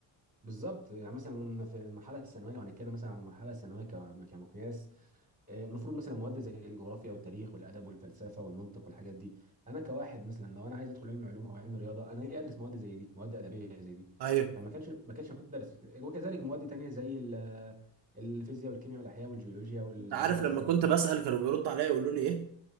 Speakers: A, on the right; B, on the right.
A: بالظبط يعني مثلا في المرحلة الثانوية لو هنتكلم مثلا عن المرحلة الثانوية ك- كمقياس آه، المفروض مثلا مواد زي الجغرافيا والتاريخ والادب والفلسفه والمنطق والحاجات دي انا كواحد مثلا لو انا عايز ادخل علم علوم او علم رياضه انا ليه ادرس مواد زي دي مواد ادبيه زي دي
B: ايوه
A: فما كانش ما كانش المفروض تدرس وكذلك مواد تانية زي ال- الفيزياء والكيمياء والاحياء والجيولوجيا والمواد
B: انت عارف
A: العلميه
B: لما كنت
A: دي
B: بسأل كانوا بيردوا عليا يقولوا لي ايه